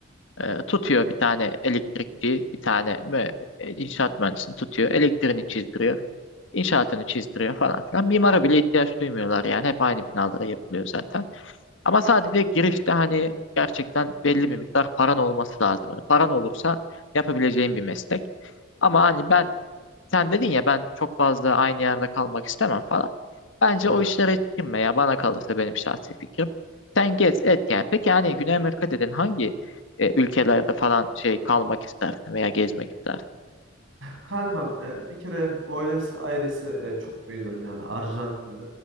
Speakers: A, on the left; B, on the right.
A: Ee, tutuyor bir tane elektrikçi, bir tane mü e, inşaat mühendisini tutuyor. Elektriğini çizdiriyor. inşaatını çizdiriyor falan filan. Mimara bile ihtiyaç duymuyorlar yani. Hep aynı binalara yapılıyor zaten. Ama sadece girişte hani gerçekten belli bir miktar paran olması lazım. Hani paran olursa yapabileceğin bir meslek. Ama hani ben sen dedin ya ben çok fazla aynı yerde kalmak istemem falan. Bence
B: Evet.
A: o işlere hiç girme ya bana kalırsa benim şahsi fikrim. Sen gez et yani. Peki yani Güney Amerika dedin hangi e, ülkelerde falan şey kalmak istersin veya gezmek istersin?
B: Kankam e, bir kere Buenos Aires'i e, çok beğeniyorum yani Arjantin'de.